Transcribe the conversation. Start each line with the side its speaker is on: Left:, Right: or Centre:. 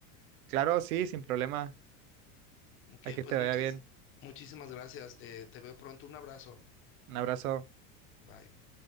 Right: Claro, sí, sin problema.
Left: Ok,
Right: Aquí
Left: pues
Right: te vaya
Left: muchas,
Right: bien.
Left: muchísimas gracias, eh, te veo pronto, un abrazo,
Right: Un abrazo.
Left: bye.